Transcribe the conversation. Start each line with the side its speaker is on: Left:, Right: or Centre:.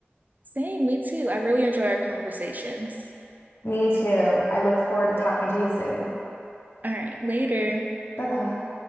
Right: Same, me too. I really enjoy our conversations.
Left: Me too. I look forward to talking to you soon.
Right: All right, later.
Left: Bye bye.